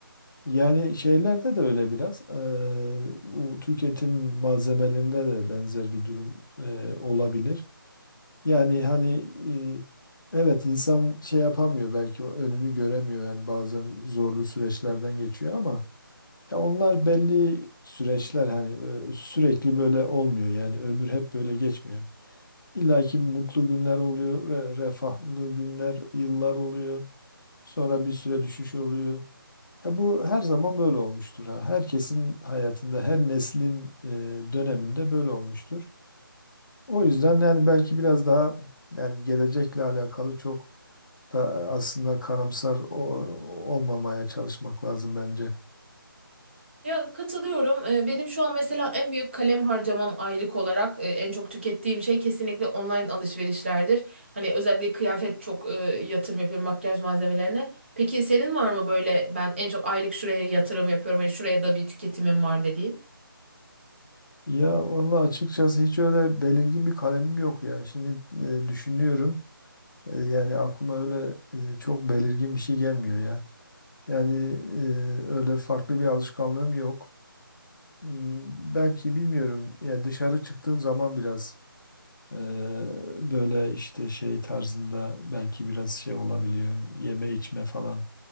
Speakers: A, on the left; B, on the right.
A: Yani şeylerde de öyle biraz eee, bu tüketim malzemelerinde de benzer bir durum eee, olabilir. Yani hani eee, evet insan şey yapamıyor belki o önünü göremiyor yani bazen zorlu süreçlerden geçiyor ama ya onlar belli süreçler hani e, sürekli böyle olmuyor yani ömür hep böyle geçmiyor. İlla ki mutlu günler oluyor, re- refahlı günler, yıllar oluyor. Sonra bir süre düşüş oluyor. Ya bu her zaman böyle olmuştur ha. Herkesin hayatında, her neslin e, döneminde böyle olmuştur. O yüzden yani belki biraz daha yani gelecekle alakalı çok da aslında karamsar o- olmamaya çalışmak lazım bence.
B: Ya katılıyorum. Ee, Benim şu an mesela en büyük kalem harcamam aylık olarak e, en çok tükettiğim şey kesinlikle online alışverişlerdir. Hani özellikle kıyafet çok e, yatırım yapıyorum makyaj malzemelerine. Peki senin var mı böyle ben en çok aylık şuraya yatırım yapıyorum hani şuraya da bir tüketimim var dediğin?
A: Ya vallahi açıkçası hiç öyle belirgin bir kalemim yok ya. Şimdi e, düşünüyorum. E, yani aklıma öyle e, çok belirgin bir şey gelmiyor ya. Yani e, öyle farklı bir alışkanlığım yok. Hmm, Belki bilmiyorum. Ya dışarı çıktığım zaman biraz e, böyle işte şey tarzında belki biraz şey olabiliyor. Yeme içme falan.